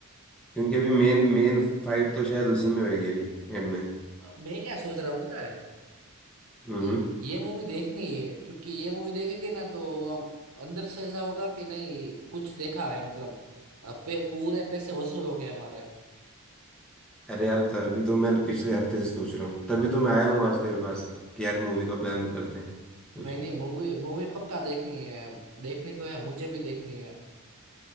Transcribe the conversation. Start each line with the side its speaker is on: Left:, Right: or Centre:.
Centre: क्योंकि अभी मेन मेन फाइट तो शायद उसी में होगी अभी एंड में
Right: मैं क्या सोच रहा हूँ पता है
Centre: हम्म
Right: ये ये मूवी देखनी है क्योंकि ये मूवी देखेंगे ना तो हम अंदर से ऐसा होगा कि नहीं कुछ देखा है मतलब अ, पे, पूरे पैसे वसूल हो गए हमारे
Centre: अरे यार तभी तो मैं पिछले हफ्ते से सोच रहा हूँ तभी तो मैं आया हूँ आज तेरे पास कि यार मूवी का प्लान करते हैं कुछ
Right: नहीं नहीं मूवी मूवी पक्का देखनी है देखनी तो है मुझे भी देखनी है